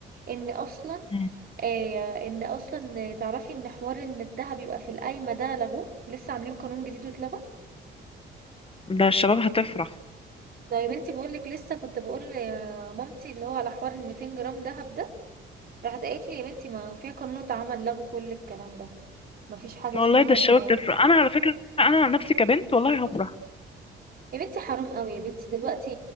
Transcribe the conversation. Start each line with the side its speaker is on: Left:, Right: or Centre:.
Right: ان اصلا
Left: مم.
Right: آه، ان اصلا تعرفي ان حوار ان الذهب يبقى في القايمه ده لغوه لسه عاملين قانون جديد واتلغى
Left: ده الشباب هتفرح
Right: طيب بنتي بقول لك لسه كنت بقول لمامتي اللي هو على حوار ال 200 جرام دهب ده راحت قالت لي يا بنتي ما في قانون اتعمل لغوا كل الكلام ده ما فيش حاجه اسمها
Left: والله ده الشباب
Right: ان
Left: تفرح انا على فكرة انا عن نفسي كبنت والله هفرح
Right: يا بنتي حرام قوي يا بنتي دلوقتي